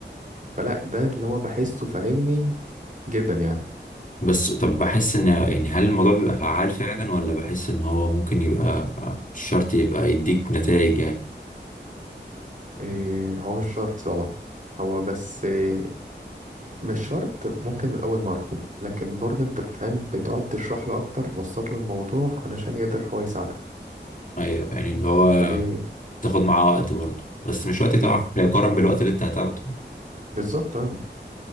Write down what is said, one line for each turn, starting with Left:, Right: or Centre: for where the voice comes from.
Right: فلا ده اللي هو بحسه فاهمني جدا يعني
Left: بس طب بحس ان يعني هل الموضوع بيبقى فعال فعلا ولا بحس ان هو ممكن يبقى آه، مش شرط يبقى يديك نتائج يعني
Right: إيه هو مش شرط طبعا هو بس إيه مش شرط ممكن من أول مرة لكن برضه أنت بتفهم بتقعد تشرح له أكتر توسط له الموضوع علشان يقدر هو يساعدك
Left: ايوه يعني اللي هو
Right: ودي
Left: بتاخد معاه وقت برضه بس مش وقت طبعا
Right: مم.
Left: يقارن بالوقت اللي انت هتاخده يعني.
Right: بالظبط اه